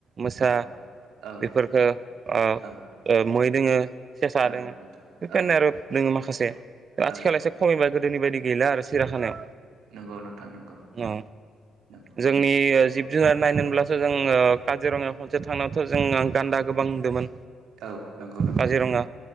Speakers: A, on the right (about 45°); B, on the right (about 80°).
A: मोसा
B: औ औ
A: बेफोरफोरखौ
B: नोंथां औ
A: मै दङो। सेसा
B: औ
A: आरो
B: नोंथां
A: बेफोरनो
B: औ
A: आरो दोङो माखा माखासे आथिखालाव
B: औ
A: एसे
B: औ
A: खमिबाय गोदोनि बायदि गैला आरो सिराखानाया।
B: नंगौ नोंथां नंगौ
A: अ
B: नंगौ
A: जोंनि ओ जि जोंहा नायनो होनब्लासो जों काजिरङायाव खनसे थांनायावथ' जों गान्दा गोबां नुदोमोन।
B: औ। नंगौ नोंथां
A: काजिरङा
B: नंगौ